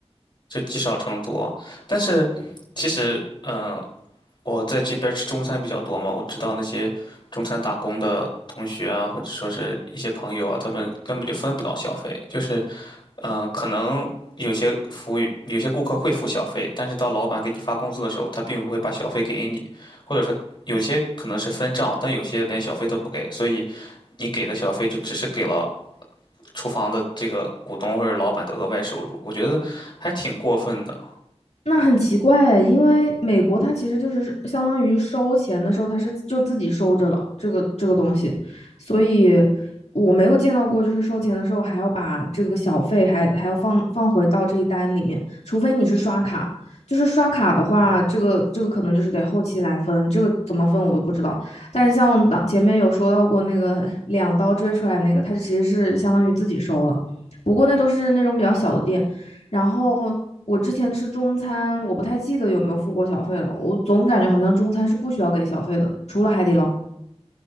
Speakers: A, on the left; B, on the left.
A: 就积少成多。但是其实，
B: 对，
A: 嗯、我在这边吃中餐比较多嘛，我知道那些中餐打工的同学啊，或者说是一些朋友啊，他们根本就分不到小费，就是。嗯、呃可能有些服务员有些顾客会付小费，但是到老板给你发工资的时候，他并不会把小费给你，或者说有些可能是分账，但有些连小费都不给，所以你给的小费就只是给了厨房的这个股东或者老板的额外收入，我觉得还挺过分的。
B: 那很奇怪诶，因为美国它其实就是相当于收钱的时候，它是就自己收着了这个这个东西，所以我没有见到过就是收钱的时候还要把这个小费还还要放放回到这一单里面，除非你是刷卡，就是刷卡的话，这个这个可能就是得后期来分，这个怎么分我都不知道。但是像当前面有说到过那个两刀追出来那个，它其实是相当于自己收了，不过那都是那种比较小的店。然后我之前吃中餐，我不太记得有没有付过小费了。我总感觉好像中餐是不需要给小费的，除了海底捞，